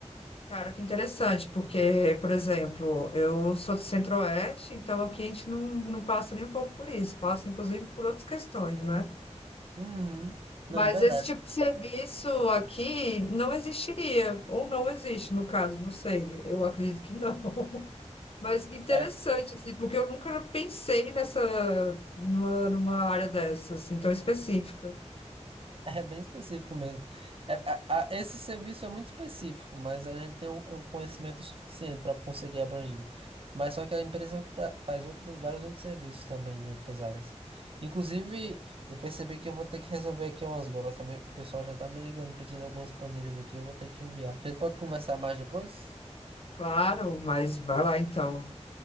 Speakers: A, on the left; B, on the right.
A: Cara, que interessante, porque, por exemplo, eu sou do Centro-Oeste, então aqui a gente não, não passa nem um pouco por isso, passa inclusive por outras questões, né?
B: Uhum.
A: Mas
B: Não, é verdade.
A: esse tipo de serviço aqui não existiria, ou não existe, no caso, não sei, eu acredito que não. <laughs> Mas que interessante,
B: É
A: assim, porque eu nunca pensei nessa, numa, numa área dessa, assim, tão específica.
B: <laughs> É bem específico mesmo. É, a- a- esse serviço é muito específico, mas a gente tem um, é um conhecimento suficiente para conseguir abranger. Mas só que a empresa pra- faz outros, vários outros serviços também em outras áreas. Inclusive, eu percebi que eu vou ter que resolver aqui umas golas também. O pessoal já tá me ligando, pedindo algumas planilhas aqui, eu vou ter que enviar. A gente pode conversar mais depois?
A: Claro, mas vai lá então.